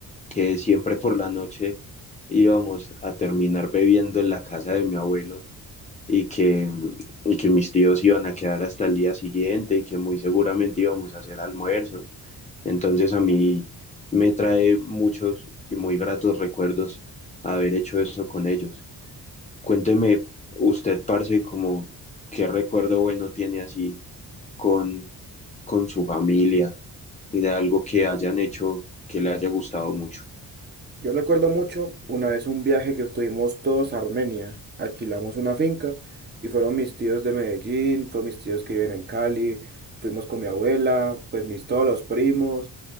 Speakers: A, on the left; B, on the right.
A: que siempre por la noche íbamos a terminar bebiendo en la casa de mi abuelo y que, y que mis tíos iban a quedar hasta el día siguiente y que muy seguramente íbamos a hacer almuerzo. Entonces a mí me trae muchos y muy gratos recuerdos haber hecho eso con ellos. Cuénteme usted, parce, como qué recuerdo bueno tiene así con, con su familia y de algo que hayan hecho que le haya gustado mucho.
B: Yo recuerdo mucho una vez un viaje que estuvimos todos a Armenia. Alquilamos una finca y fueron mis tíos de Medellín, fueron mis tíos que viven en Cali, fuimos con mi abuela, pues mis todos los primos